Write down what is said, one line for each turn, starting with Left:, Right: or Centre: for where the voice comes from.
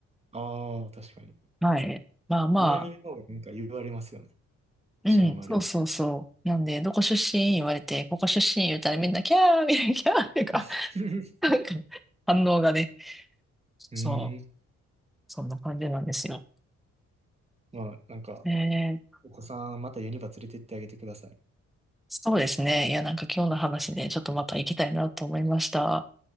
Right: ああ、確かに。
Centre: はい。まあまあ、
Right: 南の方がなんか言われますよね。
Centre: うん、
Right: 治安悪いって。
Centre: そうそうそう。なんで、どこ出身言われて、ここ出身言うたらみんな、キャーみたいな、キャーってか、
Right: <laughs>
Centre: なんか、反応がね、
Right: うーん。
Centre: そう、そんな感じなんですよ。
Right: まあなんか、
Centre: えー、
Right: お子さんまたユニバ連れてってあげてください。
Centre: そうですね。いや、なんか今日の話で、ちょっとまた行きたいなと思いました。